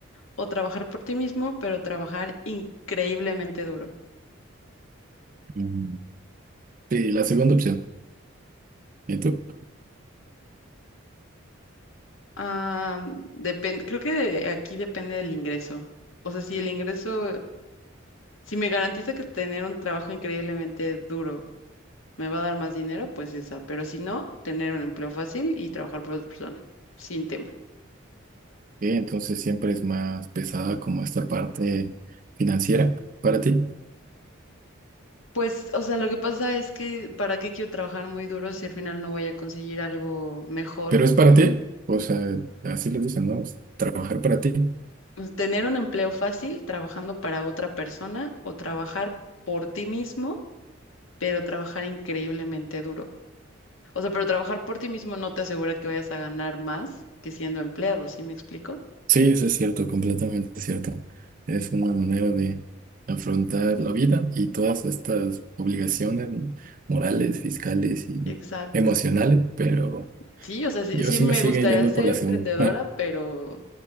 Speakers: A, on the left; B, on the right.
A: o trabajar por ti mismo, pero trabajar increíblemente duro?
B: Mm, Sí, la segunda opción. ¿Y tú?
A: Ah, depende, creo que de- aquí depende del ingreso. O sea, si el ingreso, si me garantiza que tener un trabajo increíblemente duro me va a dar más dinero, pues esa. Pero si no, tener un empleo fácil y trabajar por otra persona, sin tema.
B: Eh, Entonces siempre es más pesada como esta parte financiera para ti.
A: Pues, o sea, lo que pasa es que, ¿para qué quiero trabajar muy duro si al final no voy a conseguir algo mejor?
B: Pero es
A: <laughs>
B: para ti. O sea, así lo dicen, ¿no? Es Trabajar para ti.
A: Pues, Tener un empleo fácil trabajando para otra persona o trabajar por ti mismo, pero trabajar increíblemente duro. O sea, pero trabajar por ti mismo no te asegura que vayas a ganar más que siendo empleado, ¿sí me explico?
B: Sí, eso es cierto, completamente cierto. Es una manera de afrontar la vida y todas estas obligaciones morales, fiscales y
A: Exacto.
B: emocionales, pero
A: Sí, o sea, sí,
B: yo
A: sí
B: sí
A: me
B: me sigue
A: gustaría
B: yendo
A: ser
B: por la
A: emprendedora,
B: segunda. Ah,
A: pero